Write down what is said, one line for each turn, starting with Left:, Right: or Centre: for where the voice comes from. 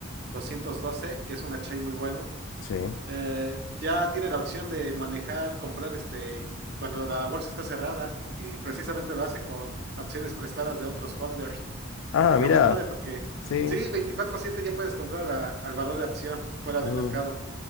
Right: doscientos doce que es un exchange muy bueno
Left: sí.
Right: eh, ya tiene la opción de manejar, comprar este, cuando la bolsa está cerrada y precisamente lo hace con acciones prestadas de otros holders.
Left: Ah,
Right: Y está
Left: mirá.
Right: muy padre porque
Left: Sí.
Right: sí, veinticuatro siete ya puedes comprar a- al valor de acción fuera
Left: Mm.
Right: de mercado